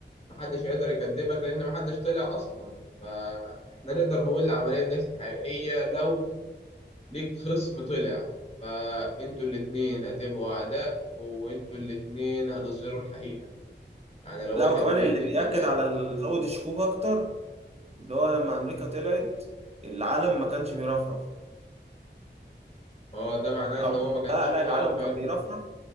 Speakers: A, on the left (about 35°); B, on the right (about 35°).
A: محدش هيقدر يكدبك لأن محدش طلع أصلا فإحنا نقدر نقول العملية دي حقيقية لو ليك خصم طلع فانتوا الاتنين هتبقوا اعداء وانتوا الاتنين هتظهروا الحقيقة يعني لو
B: لا
A: واحد
B: وكمان
A: بيكذب
B: اللي بيأكد
A: هيبان
B: على ال- زود الشكوك اكتر اللي هو لما امريكا طلعت العالم ما كانش بيرفرف
A: اه ده معناه
B: او
A: ان هو ما كانش
B: لا
A: فيه
B: لا العالم
A: هوا فعلا
B: كان بيرفرف